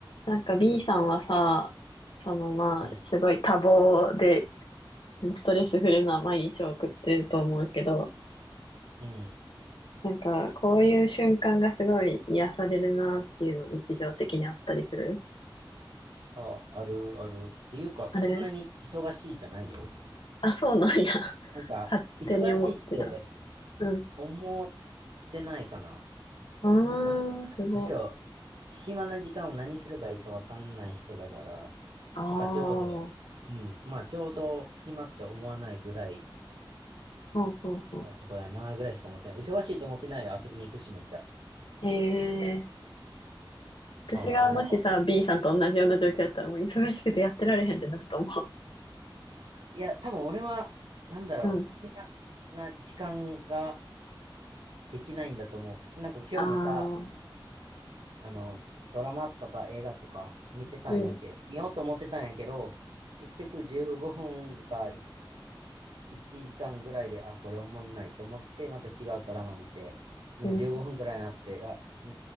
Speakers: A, on the left (about 70°); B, on the right (about 85°).
A: なんか B さんはさ、そのまあ、
B: うん、
A: すごい多忙で、ストレスフルな毎日を送ってると思うけど、
B: うん。
A: なんかこういう瞬間がすごい癒されるなっていうの日常的にあったりする
B: あ、あるある。っていうか、
A: あれ
B: そんなに忙しいじゃないよ。
A: あ、そうなんや。<laughs>
B: なんか、
A: 勝手に思ってた。
B: 忙しいって
A: うん。
B: 思ってないかな。
A: うーん、
B: なん
A: すごい。
B: むしろ、暇な時間を何すればいいかわかんない人だから、
A: ああ、ほ
B: なんかちょうど、うん、まあちょうど暇って思わないぐらい
A: うほうほう。
B: のことやなぐらいしか思ってない。忙しいと思ってないよ。遊びに行くし、めっちゃ。
A: ええ私がもしさ、
B: まあ、まあの、
A: B さんと同じような状況だったらもう忙しくてやってられへんってなると思
B: いや、多分俺は、なんだろう、
A: う。うん。
B: 暇な時間ができないんだと思う。なんか今日もさ、
A: ああ、
B: あの、ドラマとか映画とか見てたんやけ、
A: うん。
B: 見ようと思ってたんやけど、結局15分かい1時間ぐらいで、あ、これおもんないと思って、また違うドラマ見て、もう15分ぐらいになって、
A: うん。
B: あ、うー